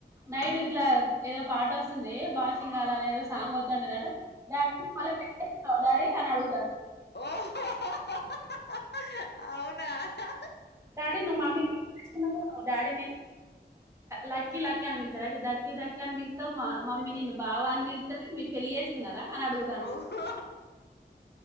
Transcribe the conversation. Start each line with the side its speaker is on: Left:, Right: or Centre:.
Right: నైట్ ఇట్లా ఏదో పాట వస్తుంది బాచింగాలలో ఏదో సాంగ్ వస్తుంది. డాడి పెట్టేసినావా అని అడుగుతాండు.
Left: ఓహో హో హా ఆ అవునా
Right: డాడీ నువ్వు మమ్మీ ని నువ్వు కిస్ చేసుకున్నావు కదా అని డాడీని లక్కీ లక్కీ అని పిలుస్తారు. అయితే దక్కీ దక్కీ అని పిలుస్తావు. మా మమ్మీ నిన్ను బావా అని పిలుస్తాది మీరు పెళ్లి చేసుకున్నారా అని అడుగుతాండు.
Left: ఓహో